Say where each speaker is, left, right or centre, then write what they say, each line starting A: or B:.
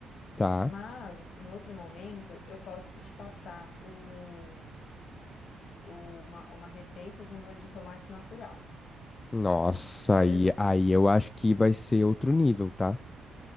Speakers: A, on the left; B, on the left.
A: Tá.
B: Mas, em outro momento, eu posso te passar o, o- uma, uma receita de molho de tomate natural,
A: Nossa,
B: beleza?
A: aí, aí eu acho que vai ser outro nível, tá?